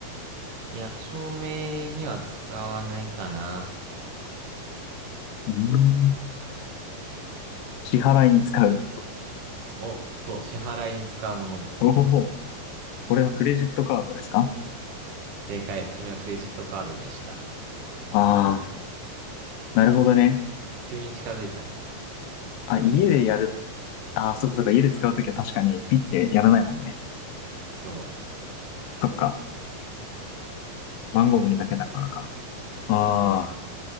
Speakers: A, on the right (about 60°); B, on the left (about 80°).
A: いや、照明には使わないかな。
B: うーん支払いに使う。
A: お、そう、支払いに使うものです、それは。
B: おお、これはクレジットカードですか
A: 正解。それはクレジットカードでした。
B: ああー、なるほどね。
A: 急に近づいたね。
B: あ、家でやる。ああ、そっかそっか。家で使うときは確かにピッてやらないもんね。
A: そ
B: そっか。番号見るだけだからか。あ
A: う。うん。